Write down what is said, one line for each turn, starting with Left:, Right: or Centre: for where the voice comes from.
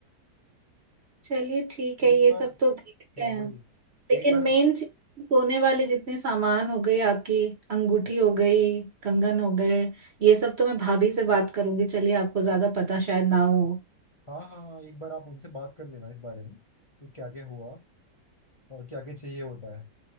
Right: चलिए ठीक है
Left: एक
Right: ये
Left: बार
Right: सब तो देखते
Left: हाँ
Right: हैं
Left: वही
Right: लेकिन
Left: एक बार
Right: मेन चीज सोने वाले जितने सामान हो गए आपकी अंगूठी हो गई कंगन हो गए ये सब तो मैं भाभी से बात करूंगी चलिए आपको ज्यादा पता शायद ना हो
Left: हाँ हाँ हाँ, एक बार आप उनसे बात कर लेना इस बारे में कि क्या क्या हुआ और क्या क्या चाहिए होता है